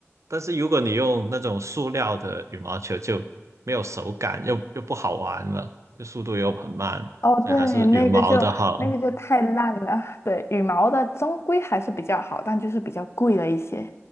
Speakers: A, on the right; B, on the left.
A: 但是如果你用那种塑料的羽毛球，就没有手感，又又不好玩了，就速度又很慢，
B: 哦，
A: 所以还是羽毛的好。
B: 对，那个就那个就太烂了。对，羽毛的终归还是比较好，但就是比较贵了一些。